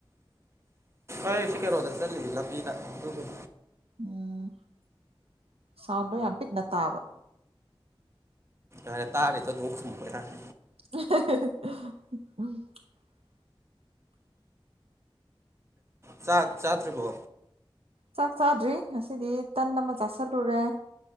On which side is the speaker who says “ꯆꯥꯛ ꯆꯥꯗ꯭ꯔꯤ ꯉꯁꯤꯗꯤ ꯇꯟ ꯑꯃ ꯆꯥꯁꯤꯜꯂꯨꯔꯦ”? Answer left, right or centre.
Right